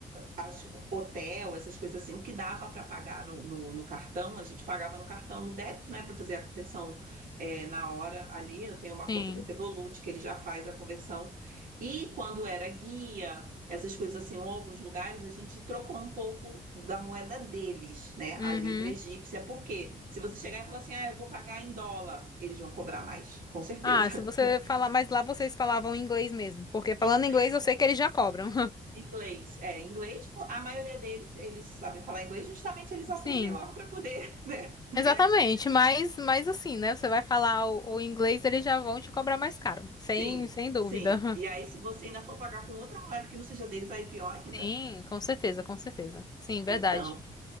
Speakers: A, on the right (about 80°); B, on the left (about 30°).
A: as- hotel, essas coisas assim, o que dava para pagar no, no- no cartão, a gente pagava no cartão, no débito, né, para fazer a conversão é, na hora ali. Eu tenho uma
B: Sim.
A: conta do Revolut que ele já faz a conversão. E quando era guia, essas coisas assim, ou alguns lugares, a gente trocou um pouco da moeda deles, né,
B: Uhum.
A: a libra egípcia, porque se você chegar e falar assim, ah, eu vou pagar em dólar, eles vão cobrar mais, com certeza.
B: Ah, se você
A: <laughs>
B: falar, mas lá vocês falavam inglês mesmo, porque falando
A: Em Inglês.
B: inglês eu sei que eles já cobram.
A: Inglês, é, inglês, pô, a maioria deles, eles sabem falar inglês, justamente eles
B: <laughs>
A: aprendem
B: Sim,
A: logo para poder, <laughs> né, ganhar
B: exatamente,
A: dinheiro.
B: mas mas assim, né? Você vai falar o, o inglês, eles já vão te cobrar mais caro, sem
A: Sim,
B: sem dúvida.
A: sim. E aí, se você ainda for pagar com outra moeda que não seja deles, aí é pior ainda.
B: Sim, com certeza, com certeza. Sim, verdade.
A: Então,